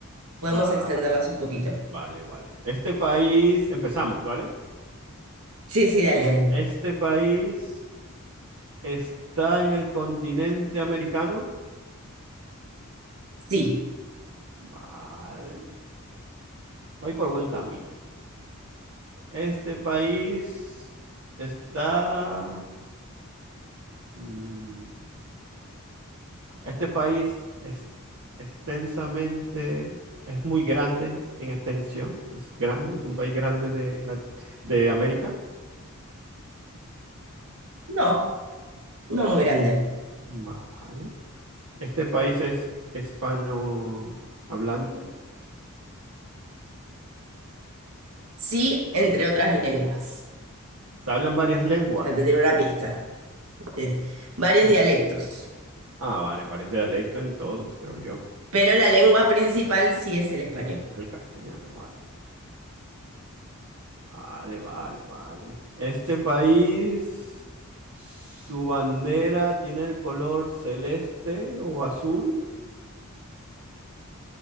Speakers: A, on the right; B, on the right.
A: Podemos
B: Va,
A: extenderlas un poquito.
B: vale, vale. Este país, empezamos, ¿vale?
A: Sí, sí, dale, dale.
B: Este país está en el continente americano.
A: Sí.
B: Vale, voy por buen camino. Este país está... mm, Este país es extensamente, es muy grande en extensión, es grande, es un país grande de, la- de América.
A: No, no muy grande.
B: Vale. Este país es hispanohablante.
A: Sí, entre otras lenguas.
B: Se hablan varias lenguas.
A: Ya te diré una pista. Es varios
B: <laughs>
A: dialectos.
B: Ah, vale, varios dialectos en todos, creo yo.
A: Pero la lengua principal sí es el español.
B: Es el castellano, vale. Vale, vale, vale. Este país, su bandera tiene el color celeste o azul.